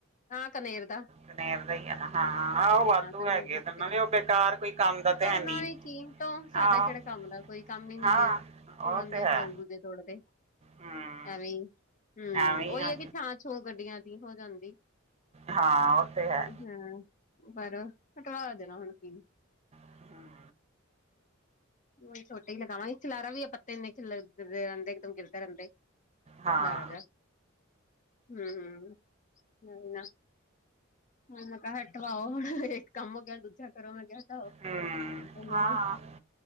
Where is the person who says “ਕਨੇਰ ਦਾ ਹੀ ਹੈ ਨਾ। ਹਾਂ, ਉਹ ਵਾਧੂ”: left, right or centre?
Right